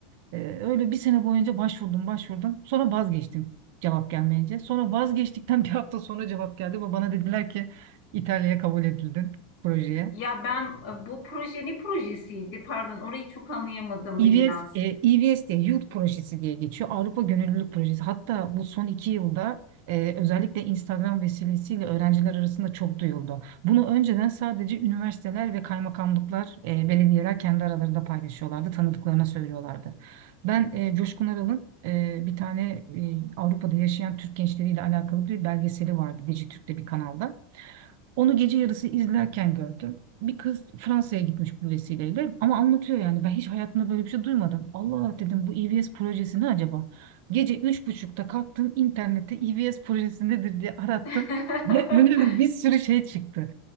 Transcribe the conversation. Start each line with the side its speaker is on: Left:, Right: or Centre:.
Right: Ee, öyle bir sene boyunca başvurdum başvurdum. Sonra vazgeçtim cevap gelmeyince. Sonra vazgeçtikten <laughs> bir hafta sonra cevap geldi ve bana dediler ki İtalya'ya kabul edildin projeye.
Left: Ya ben e, bu proje ne projesiydi? Pardon, orayı çok anlayamadım
Right: EVS,
Left: birinaz.
Right: e, EVS diye Youth Projesi diye geçiyor. Avrupa Gönüllülük Projesi. Hatta bu son iki yılda e, özellikle Instagram vesilesiyle öğrenciler arasında çok duyuldu. Bunu önceden sadece üniversiteler ve kaymakamlıklar, e, belediyeler kendi aralarında paylaşıyorlardı, tanıdıklarına söylüyorlardı. Ben e, Coşkun Aral'ın e, bir tane e, Avrupa'da yaşayan Türk gençleriyle alakalı bir belgeseli vardı Dijitürk'te bir kanalda. Onu gece yarısı izlerken gördüm. Bir kız Fransa'ya gitmiş bu vesileyle ama anlatıyor yani ben hiç hayatımda böyle bir şey duymadım. Allah Allah dedim bu EVS projesi ne acaba? Gece üç buçukta kalktım internette EVS projesi nedir diye arattım.
Left: <laughs>
Right: Ve <laughs> önüme bir sürü şey çıktı.